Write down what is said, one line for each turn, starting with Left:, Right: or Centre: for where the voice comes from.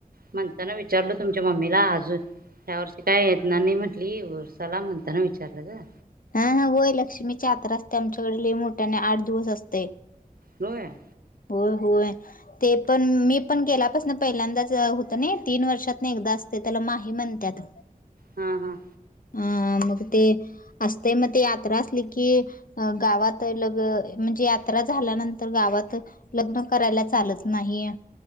Right: म्हणताना विचारल तुमच्या मम्मीला अजून ह्या वर्षी काय येणार नाय म्हटली उरसाला म्हणताना विचारलं ग.
Left: हा, हा होय लक्ष्मीची आत्रा असत्या, आमच्याकड लई मोठ्यान आठ दिवस असतय.
Right: होय!
Left: होय, होय ते पण मी पण गेल्यापासन पहिल्यांदाच होतं नाइ तीन वर्षात न एकदा असतय त्याला माही म्हणत्यात.
Right: हा, हा.
Left: अं मग ते असतय मग ते यात्रा असली की गावात लग म्हणजे यात्रा झाल्यानंतर गावात लग्न करायला चालत नाही.